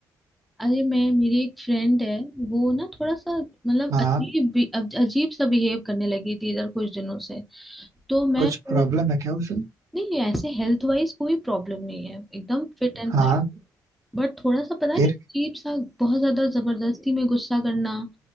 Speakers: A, in the centre; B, on the right.
A: अरे मैं मेरी एक फ्रेंड है वो ना थोड़ा सा मतलब
B: हाँ
A: अजीब भी- अब अजीब सा बिहेव करने लगी थी इधर कुछ दिनों से तो मैं
B: कुछ
A: भाई-
B: प्रॉब्लम है क्या उसे
A: नहीं ऐसे हेल्थ वाइज कोई प्रॉब्लम नहीं है एकदम फिट एंड फाइन
B: हाँ
A: बट थोड़ा सा पता
B: फिर
A: नहीं अजीब सा बहुत ज्यादा जबरदस्ती में गुस्सा करना